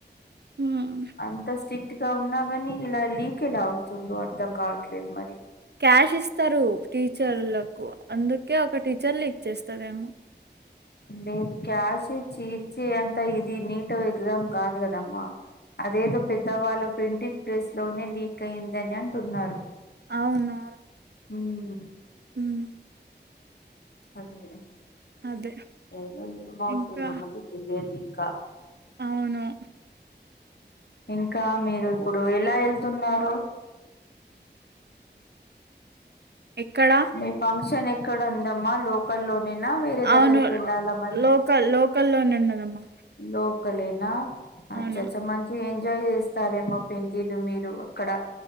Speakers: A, on the right (about 65°); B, on the left (about 65°).
A: హ్మ్
B: అంత స్ట్రిక్ట్ గా ఉన్నా కాని ఇలా లీక్ ఎలా అవుతుందో అర్ధం కావట్లేదు మరి
A: క్యాష్ ఇస్తారు టీచర్లకు అందుకే ఒక టీచర్ లీక్ చేస్తదేమో
B: లేదు క్యాష్ ఇచ్చే తీర్చే అంత ఇది నీట్ ఎగ్జామ్ కాదు కదమ్మా అదేదో పెద్దవాళ్ళ ప్రింటిగ్ ప్రెస్ లోనే లీక్ అయిందని అంటున్నారు
A: అవునా
B: ఉమ్
A: హ్మ్
B: అదే
A: అదే
B: ఏదో ఏమవుతుందో
A: ఇంకా
B: మనకి తెలియదు ఇంకా
A: అవును
B: ఇంకా మీరు ఇప్పుడు ఇలా వెళ్ వెళుతున్నారు
A: ఎక్కడ
B: మీ ఫంక్షన్ ఎక్కడ ఉందమ్మా లోకల్ లో ల్లోనా వేరే
A: అవును
B: దగ్గరికి వెళ్ళాల మరి
A: లోకల్ లోకల్లోనే ఉన్నదమ్మా
B: లో ఒక్కలేనా అచ్చచ్చ
A: అవును
B: మంచి ఎంజాయ్ చేస్తారేమో పెళ్ళిండ్లు మీరు అక్కడ